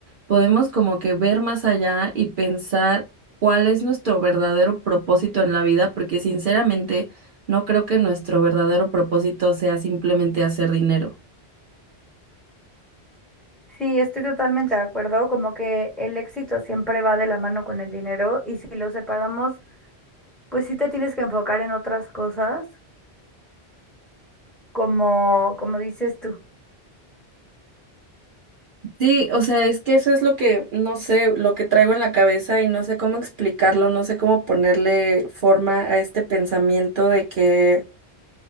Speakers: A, on the right (about 55°); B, in the centre.
A: podemos como que ver más allá y pensar cuál es nuestro verdadero propósito en la vida, porque sinceramente no creo que nuestro verdadero propósito sea simplemente hacer dinero.
B: Sí, estoy totalmente de acuerdo, como que el éxito siempre va de la mano con el dinero y si lo separamos, pues sí te tienes que enfocar en otras cosas, como, como dices tú.
A: Sí, o sea, es que eso es lo que, no sé, lo que traigo en la cabeza y no sé cómo explicarlo, no sé cómo ponerle forma a este pensamiento de que